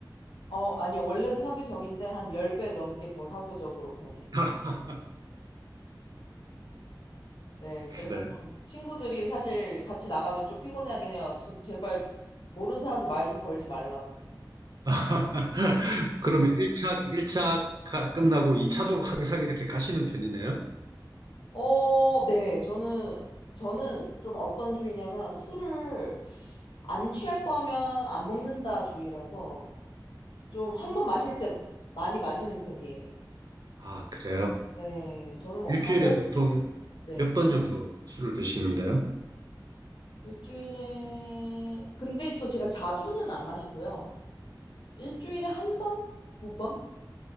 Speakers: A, on the left; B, on the right.
A: 어, 아니요. 원래도 사교적인데 한 10배 넘게 더 사교적으로 변해요.
B: <laughs>
A: 네.
B: 그래요.
A: 그래서 좀 친구들이 사실 같이 나가면 좀 피곤해하긴 해요. 제- 제발 모르는 사람한테 말 좀 걸지 말라고.
B: <laughs> 그러면 1차, 일 차 끝나고 2차도 항상 이렇게 가시는 편이네요?
A: 어, 네. 저는 저는 좀 어떤 주의냐면 술을 안 취할 거면 안 먹는다 주의라서 좀 한 번 마실 때 많이 마시는 편이에요.
B: 아, 그래요.
A: 네, 저는 뭐
B: 일주일에
A: 가볍게,
B: 보통
A: 네,
B: 몇 번 정도 술을 드시는데요?
A: 일주일에, 근데 또 제가 자주는 안 마시고요. 일주일에 한 번? 두 번?